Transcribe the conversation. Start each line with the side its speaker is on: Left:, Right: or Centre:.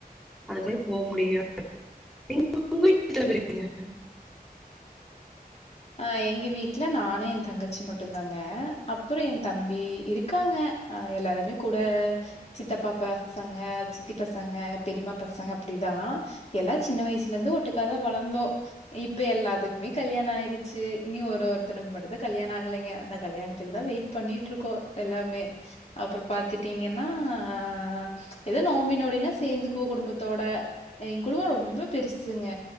Centre: அதுக்கு மேலே போ முடியாது நீங்க உங்க வீட்டுல எத்தன பேரு இருக்கீங்க
Left: அ எங்க வீட்டுல நானு ஏ தங்கச்சி மட்டு தாங்க அப்றோ ஏ தம்பி இருக்காங்க ஆ எல்லாருமே கூட சித்தப்பா பசங்க சித்தி பசங்க பெரியமா பசங்க அப்படிலா எல்லா சின்ன வயசுல இருந்து ஒட்டுக்காதா வளந்தோ இப்ப எல்லாத்துக்குமே கல்யாண ஆயிரு ச்சி இன்னியு ஒரு ஒருத்தனுக்கு மட்டுதா கல்யாண ஆகலைங்க அந்த கல்யாணத்துக்கு தா வெயிட் பண்ணிட்டு இருக்கோ எல்லாமே அப்றோ பாத்துட்டீங்கன்னா அ ஏதோ நோம்பி நோடின்னா சேந்துக்குவோ குடும்பத்தோட எங்க குடும்போ ரொம்ப பெருசுங்க